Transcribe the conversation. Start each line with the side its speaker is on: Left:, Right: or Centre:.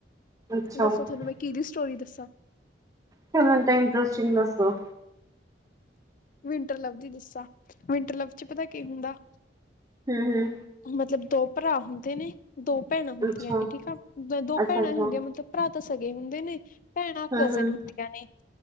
Right: ਅੱਛਾ
Left: ਦੱਸੋ
Right: ਫਿਰ
Left: ਤੁਹਾਨੂੰ ਮੈਂ- ਕਿਹਦੀ ਸਟੋਰੀ ਦੱਸਾਂ।
Right: ਪਹਿਲਾਂ ਤਾਂ ਇੰਟਰਸਟਿੰਗ ਦੱਸੋ।
Left: ਵਿੰਟਰ ਲਵ ਦੀ ਦੱਸਾਂ, ਵਿੰਟਰ ਲਵ ਚ ਪਤਾ ਕੀ ਹੁੰਦਾ।
Right: ਹੂੰ-ਹੂੰ।
Left: ਮਤਲਬ ਦੋ ਭਰਾ ਹੁੰਦੇ ਨੇ, ਦੋ ਭੈਣਾਂ ਹੁੰਦੀਆਂ
Right: ਅੱਛਾ,
Left: ਨੇ। ਠੀਕ ਆ ਦੋ
Right: ਅੱਛਾ-ਅੱਛਾ।
Left: ਭੈਣਾਂ ਹੀ ਹੁੰਦੀਆਂ ਮਤਲਬ। ਭਰਾ ਤਾਂ ਸਗੇ ਹੁੰਦੇ ਨੇ, ਭੈਣਾਂ
Right: ਹੂੰ-ਹੂੰ।
Left: ਕਜ਼ਨ ਹੁੰਦੀਆਂ ਨੇ,